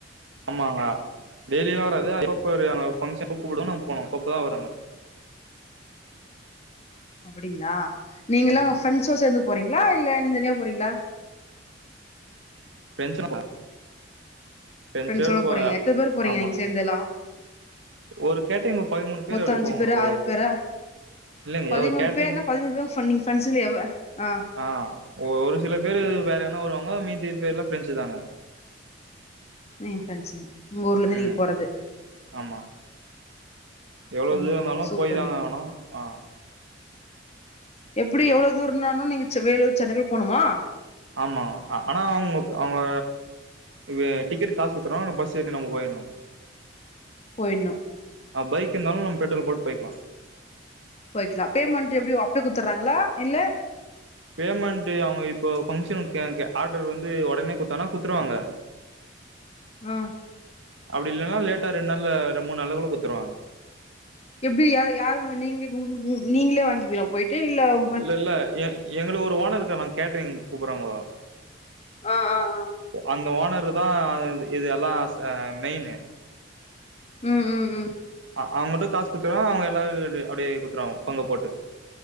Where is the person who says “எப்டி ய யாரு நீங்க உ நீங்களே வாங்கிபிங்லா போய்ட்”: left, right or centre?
Left